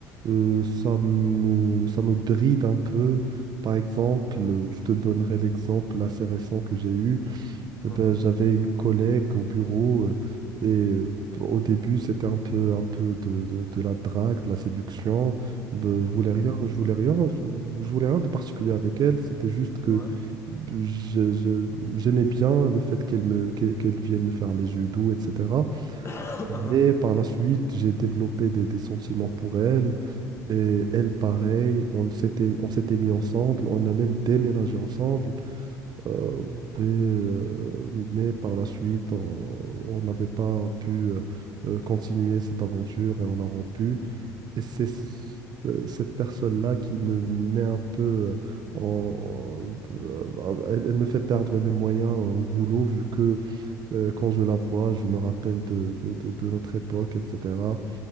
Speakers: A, on the right; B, on the left.
A: euh, ça me, ça me bride un peu. Par exemple, euh, je te donnerai l'exemple assez récent que j'ai eu. Eh
B: Mhm,
A: ben, j'avais une collègue au bureau euh, et euh, au début c'était un peu un peu de, de- de la drague, de la séduction. Ben, je voulais
B: mhm,
A: rien, je voulais rien, euh, je voulais rien de particulier avec elle. C'était juste que
B: ouais,
A: je- je- j'aimais bien le fait qu'elle me qu'elle qu'elle vienne me faire les yeux doux, etc.
B: <coughs>
A: Mais par la suite j'ai développé des, des sentiments pour elle et
B: mhm,
A: elle pareil. On s'était on s'était mis ensemble, on a même déménagé ensemble. Euh, mais, euh, mais par la suite, on on n'avait pas pu euh, euh, continuer cette aventure et on a rompu. Et c'est
B: mhm,
A: ce-
B: mhm,
A: euh, cette personne-là qui me met un peu euh, en... en- euh, elle, elle me fait perdre mes moyens au boulot vu que euh, quand je la vois, je me rappelle de, de- de- de notre époque, etc.